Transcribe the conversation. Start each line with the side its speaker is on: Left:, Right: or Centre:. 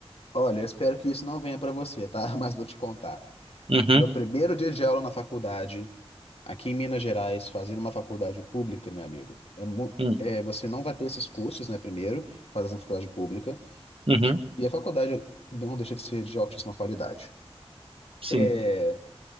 Left: Olha, eu espero que isso não venha para você, tá? <laughs> Mas vou te contar.
Right: Uhum,
Left: Meu primeiro dia de aula na faculdade, aqui em Minas Gerais, fazendo uma faculdade pública, meu amigo. É, mu-
Right: uhum,
Left: é, você não vai ter esses cursos, né? Primeiro, fazendo a faculdade pública.
Right: uhum,
Left: E a faculdade não deixa de ser de altíssima qualidade.
Right: sim.
Left: É,